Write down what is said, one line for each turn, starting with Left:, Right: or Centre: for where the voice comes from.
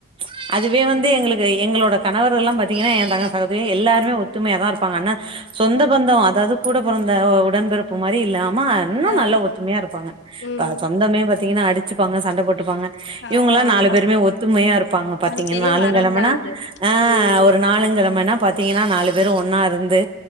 Right: அ அதுவே வந்து எங்களுக்கு எங்களோட கணவர் எல்லா பாத்தீங்கன்னா ஏ தங்க அதாவ்து எல்லாருமே ஒத்துமையா தா இருப்பாங்க ஆனா சொந்த பந்தோ அ அதாது கூட பொறந்த ஏ உடன்பிறப்பு மாரி இல்லா ஆ மா இன்னு
Left: ஆ
Right: நல்ல ஒற்றுமையா இருப்பாங்க
Left: ம்
Right: ப சொந்தமே வ பாத்திங்கன்ன அடிச்சுப்பாங்க சண்ட போட்டு இருப்பாங்க
Left: ஆமா
Right: இவுங்கல்லா நாலு
Left: ஆமா
Right: பேருமே ஒத்துமையா இரு ப்பாங்க பாத்தீங்கன்னா
Left: அது பெரிய
Right: நாளுங்கெழமனா
Left: வரந்தா அது
Right: ஆ
Left: ம்
Right: ஒரு நாளுங்கெழ கெழமன்னா பாத்தீங்கன்னா நாலு பேரு ஒன்னா இருந்து